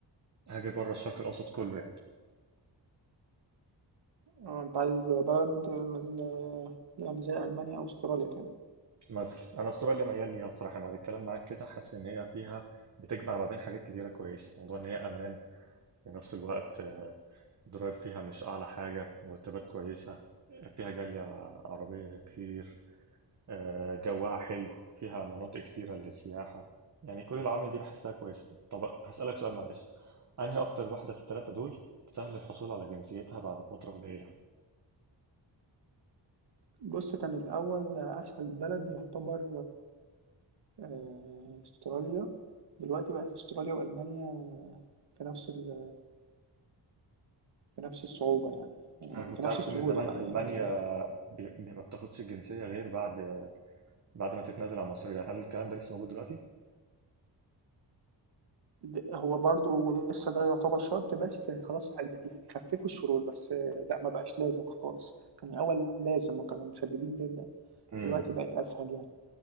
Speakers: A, on the right; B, on the right.
A: هاجر بره الشرق الاوسط كله يعني
B: آه، أنت عايز بلد من ال يعني زي ألمانيا أو أستراليا كده.
A: مثلا انا استراليا ميال ليها الصراحة يعني بعد الكلام معاك كده حاسس ان هي فيها بتجمع ما بين حاجات كتيرة كويسة موضوع ان هي امان في نفس الوقت الضرايب فيها مش أعلى حاجة مرتبات كويسة فيها جالية عربية كتير آه، جواها حلو فيها مناطق كتيرة للسياحة يعني كل العوامل دي بحسها كويسة طب هسألك سؤال معلش أنهي أكتر واحدة في التلاتة دول سهل الحصول على جنسيتها بعد فترة قليلة
B: بُص، كان الأول أسهل بلد يعتبر آآ أستراليا، دلوقتي بقت أستراليا وألمانيا في نفس ال في نفس الصعوبة يعني، يعني
A: أنا كنت
B: في نفس
A: عارف
B: السهولة
A: إن زمان
B: بقى
A: ألمانيا
B: يعني
A: بي- ما بتاخدش الجنسية غير بعد بعد ما تتنازل عن مصرية هل الكلام ده لسه موجود دلوقتي؟
B: د هو برضه لسه ده يعتبر شرط بس خلاص قل يعني خفّفوا الشروط، بس لأ ما بقاش لازم خالص، كان الأول لازم وكانوا مشدّدين جدًا،
A: امم
B: دلوقتي بقت أسهل يعني.